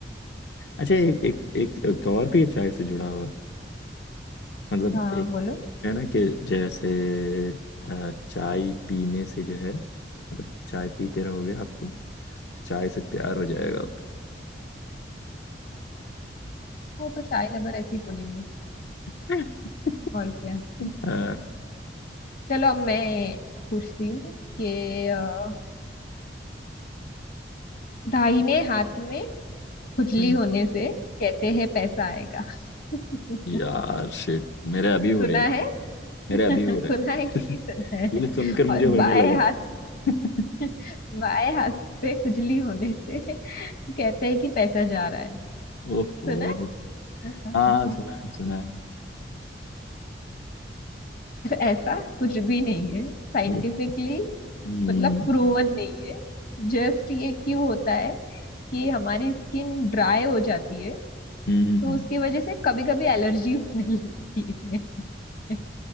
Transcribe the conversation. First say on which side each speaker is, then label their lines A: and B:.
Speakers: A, on the left (about 75°); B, on the left (about 55°).
A: अच्छा एक एक एक, एक और भी है चाय से जुड़ा हुआ मतलब
B: हाँ
A: एक
B: बोलो
A: है ना कि जैसे अ, चाय पीने से जो है मतलब चाय पीते रहोगे आपको तो चाय से प्यार हो जाएगा आपको
B: वो तो चाय लवर ऐसे ही बोलेंगे
A: <laughs>
B: और क्या
A: अ,
B: चलो अब मैं पूछती हूँ कि अ, दाहिने हाथ में खुजली
A: हम्म
B: होने से कहते हैं पैसा आएगा <laughs>
A: यार शिट मेरे अभी हो
B: सुना
A: रही है
B: है
A: मेरे
B: <laughs>
A: अभी
B: सुना
A: हो रहे
B: है कि
A: हैं
B: नहीं सुना
A: <laughs>
B: है
A: ये सुनकर मुझे
B: और
A: होने
B: बाएं
A: लगा
B: हाथ
A: <laughs>
B: <laughs> बाएं हाथ पे खुजली होने से कहते हैं कि पैसा जा रहा है
A: ओहो
B: सुना <laughs> पर
A: हाँ सुना है सुना है
B: ऐसा कुछ भी नहीं है साइंटिफिकली
A: ये हम्म
B: मतलब प्रूवन नहीं है जस्ट ये क्यों होता है कि हमारी स्किन ड्राई हो जाती है
A: हम्म हम्म,
B: तो
A: हम्म।
B: उसकी वजह से कभी कभी एलर्जी होने लगती है <laughs>